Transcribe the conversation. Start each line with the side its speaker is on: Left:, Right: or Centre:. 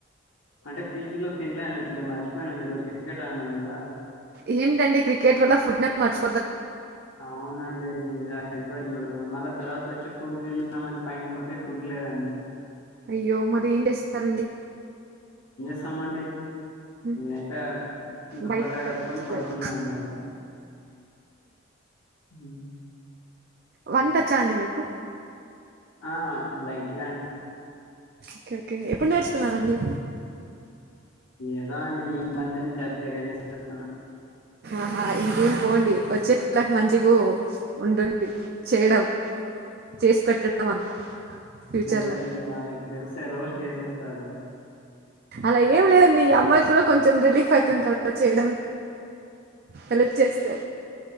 Left: అంటే పీజీలో తినలే అండి మర్చిపోయినాం ఈరోజు క్రికెట్ ఆడినాం కదా
Right: ఏంటండి క్రికెట్ వల్ల ఫుడ్ నే మర్చి
Left: అవునండి ఇద అయిపోయింది చూడు మళ్ళా తర్వాత వచ్చి ఫుడ్ తిందాంమని పైకి పోతే ఫుడ్ లేదండి
Right: అయ్యో మరి ఏంటి చేస్తారండి
Left: స్తమండి
Right: ఉమ్,
Left: అయితే దుప్పట్టా
Right: బయట ఎక్కడ
Left: కప్పుకొని
Right: తినట్లేదా
Left: పడుకున్నా అండి అంతే హ్మ్.
Right: వంట వచ్చా అండి మీకు
Left: ఆ లైట్గా
Right: ఓకే ఓకే ఎప్పుడు నేర్చుకున్నారండి
Left: ఏదో అండి ఈ మధ్యనే చతగా చేసేస్తునా
Right: ఆహా ఇంకేం పోండి వచ్చే పల్లకి మంచిగ ఉంటుంది చేయడం చేసి పెట్టడం అంతా ఫ్యూచర్
Left: లేదండి
Right: లో
Left: వాళ్ళకి తెలిసే రోస్ చేసేస్తాను
Right: అలా ఏం లేదండి అమ్మాయి కూడా కొంచెం రిలీఫ్ అయితుంది కదా చేయడం హెల్ప్ చేస్తే